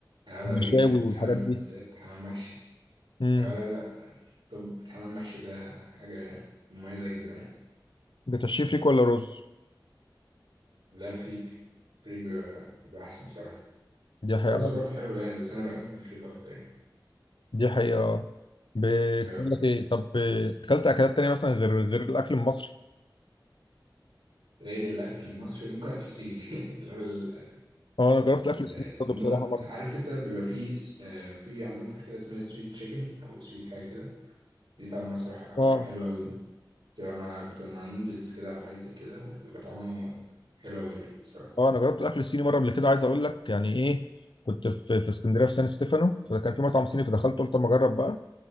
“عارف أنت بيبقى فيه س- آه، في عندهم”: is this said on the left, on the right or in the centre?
Right